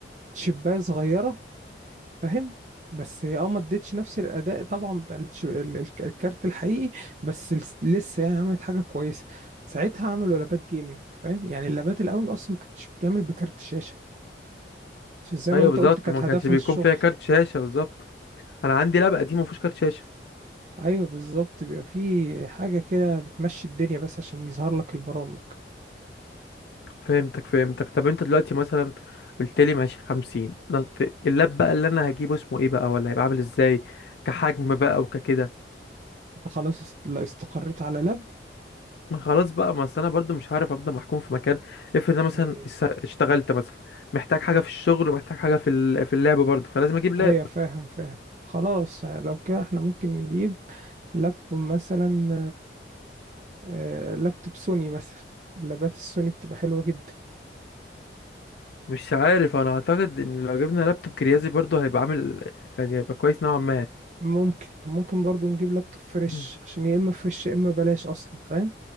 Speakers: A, on the right (about 40°); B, on the left (about 65°).
A: شباية صغيرة فاهم بس هي اه ما ادتش نفس الاداء طبعا بتاع التش- ال- الك- الكارت الحقيقي بس لس- لسه يعني عملت حاجه كويسه ساعتها عملوا لابات جيمنج فاهم يعني اللابات الاول اصلا ما كانتش بتعمل بكارت الشاشه عشان زي
B: ايوه
A: ما انت
B: بالظبط
A: قلت كانت
B: ما كانش
A: هدفها
B: بيكون
A: الشغل
B: فيها كارت شاشه بالظبط انا عندي لاب قديم ما فيهوش كارت شاشه
A: ايوه بالظبط بيبقى في حاجه كده بتمشي الدنيا بس عشان يظهر لك البرامج
B: فهمتك فهمتك طب انت دلوقتي مثلا قلت لي ماشي 50 نط- اللاب بقى اللي انا هجيبه اسمه ايه بقى ولا هيبقى عامل ازاي كحجم بقى وككده
A: انت خلاص است- لا استقريت على لاب
B: ما خلاص بقى ما أصل انا برضو مش هعرف افضل محكوم في مكان افرض انا مثلا
A: مم.
B: اس- اشتغلت مثلا محتاج حاجه في الشغل ومحتاج حاجه في ال- في اللعب برضو فلازم اجيب لاب
A: ايوه فاهم فاهم خلاص لو كده احنا ممكن نجيب لابتوب مثلا آه، لابتوب سوني مثلا اللابات السوني بتبقى حلوة جدا
B: مش عارف انا اعتقد ان لو جبنا لابتوب كريازي برضو هيبقى عامل يعني هيبقى كويس نوعا ما
A: ممكن ممكن برضو نجيب لابتوب فريش
B: مم.
A: عشان يا إما فريش يا إما بلاش أصلا فاهم